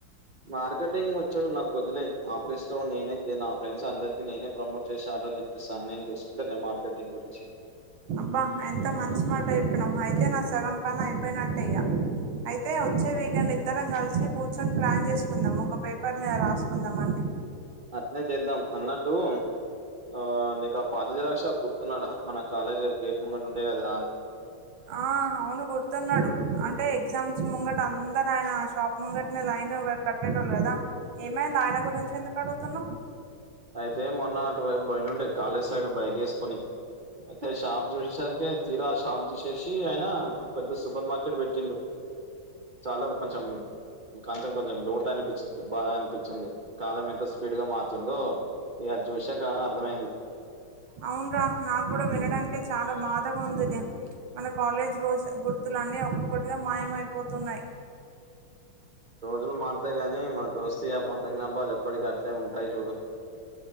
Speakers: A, on the right; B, on the right.
A: మార్కెటింగ్ వచ్చాడు నాకు వదిలేయ్ ఆఫీస్లో నేనే నా ఫ్రెండ్స్ అందరికీ నేనే ప్రమోట్ చేసి ఆర్డర్లు ఇప్పిస్తా నేను చూసుకుంటాలే మార్కటింగ్ గురించి
B: అబ్బా ఎంత మంచి మాట చెప్పినావు అయితే నా సగం పని అయిపోయినట్టే ఇగ అయితే వచ్చే వీకెండ్ ఇద్దరం కలిసి కూర్చొని ప్లాన్ చేసుకుందాం ఒక పేపర్ మీద రాసుకుందాం అన్ని
A: అట్నే చేద్దాం అన్నట్టు ఆ నీకా పాత జిరాక్స్ షాప్ గుర్తున్నాడా మన కాలేజ్ గేట్ ముంగట ఉండే కదా
B: ఆ అవును గుర్తున్నాడు అంటే ఎగ్జామ్స్ ముంగట అందరు ఆయన షాప్ ముంగటనే లైన్ కట్టేటోళు కదా ఏమైంది ఆయన గురించి ఎందుకు అడుగుతున్నా
A: అయితే మొన్న అటువైపు బనుండే కాలే జ్ సైడ్ బైక్ ఏసుకొని అయితే షాప్ చూసేసరికి తీరా షాప్ తీసేసి ఆయన పెద్ద సూపర్ మార్కెట్ పెట్టిండు చాలా కొంచెం ఇంకా అంతే కొంచెం లోటు అనిపిచింది బాధగా అనిపిచింది కాలం ఎంత స్పీడ్‌గా మారుతుందో ఇగ అది చూశాక అర్ధమైంది
B: అవున్రా నాకూడా వినడానికే చాలా బాధగా ఉంది ఇది మన కాలేజ్ రోజు గుర్తు లన్ని ఒక్కోటిగా మాయమైపోతున్నాయి
A: రోజులు మారతాయి గాని మన దోస్తీ ఎబ్ <unintelligible> ఎప్పటికి అట్లే ఉంటాయి జూడు